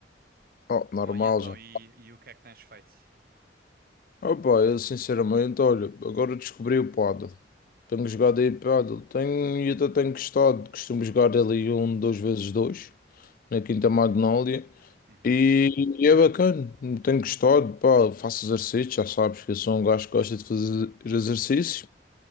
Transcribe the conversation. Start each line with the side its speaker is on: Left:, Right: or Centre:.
Left: oh, normal
Right: Bom, e então,
Left: já.
Right: e, e o que é que tens feito?
Left: Opa, eu sinceramente, olha, agora descobri o paddle. Tenho jogado aí paddle. Tenho, e até tenho gostado. Costumo jogar ali um, dois vezes dois, na Quinta Magnólia.
Right: Uhum.
Left: E, e é bacana, tenho gostado. Pá, faço exercício, já sabes que eu sou um gajo que gosta de fazer exercício.